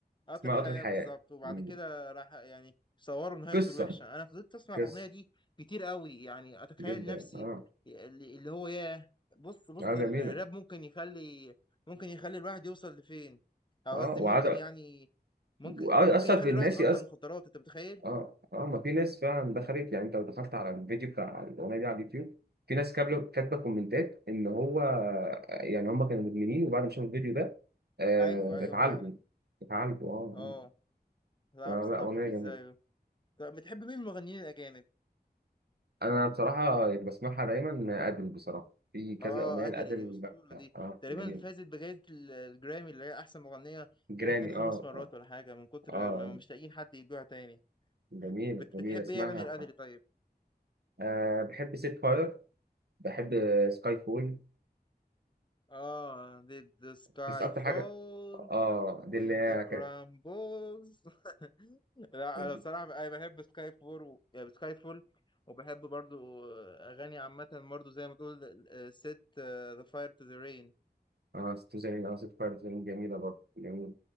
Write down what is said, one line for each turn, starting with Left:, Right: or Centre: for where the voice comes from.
Left: قطر
Right: اسمها
Left: الحياة
Right: قطر الحياه
Left: بالظبط وبعد
Right: مم.
Left: كده راح يعني صوروا نهايته
Right: قصه
Left: الوحشة أنا فضلت أسمع
Right: قصه
Left: الأغنية دي كتير قوي يعني أتخيل
Right: جدا
Left: نفسي
Right: اه
Left: اللي اللي هو ياه بص بص
Right: اه جميله
Left: الراب ممكن يخلي ممكن يخلي الواحد يوصل لفين أو
Right: اه
Left: قصدي
Right: وعايز
Left: ممكن
Right: أ-
Left: يعني ممكن
Right: وعايز
Left: ممكن
Right: اثر
Left: يخلي
Right: بالناس
Left: الواحد يبطل مخدرات أنت متخيل؟
Right: اه اه ما في ناس فعلا دخلت يعني انت لو دخلت على الفيديو بتاع الاغنيه دي على اليوتيوب في ناس كاتبه كاتبه كومنتات ان هو يعني هم كانوا مدمنين وبعد ما شافوا الفيديو ده آه
Left: أيوه أيوه
Right: اتعالجوا
Left: فعلا
Right: اتعالجوا اه
Left: أه لا
Right: آه. آه،
Left: بصراحة
Right: لا اغنيه
Left: ما فيش
Right: جميله
Left: زيه طب بتحب مين من المغنيين الأجانب؟
Right: انا بصراحه اللي بسمعها دايما ادل بصراحه في كذا
Left: اه
Right: اغنيه
Left: ادلي
Right: لادل
Left: دي اسطوره دي
Right: اه
Left: تقريبا
Right: جميل
Left: اللي فازت بجائزه ال- الجرامي اللي هي احسن مغنيه
Right: جرامي
Left: ممكن خمس
Right: اه
Left: مرات
Right: اه
Left: ولا حاجه من كتر
Right: آه،
Left: ما مش لاقيين حد يدوها تاني
Right: جميله
Left: بت
Right: جميله
Left: بتحب
Right: اسمها
Left: ايه اغاني الادلي طيب
Right: آه بحب سيت فاير بحب سكاي فول
Left: اه did the sky
Right: بس اكتر
Left: fall
Right: حاجه اه
Left: when
Right: دي اللي هي
Left: the crumbles <laughs> لا
Right: كانت
Left: انا بصراحه ب- انا بحب سكاي فول و... يعني سكاي فول وبحب برضو آه، اغاني عامه برضو زي ما تقول آه، set آه، the fire to the rain
Right: اه ست زرين اه ست فاير زرين جميلة برضه جميلة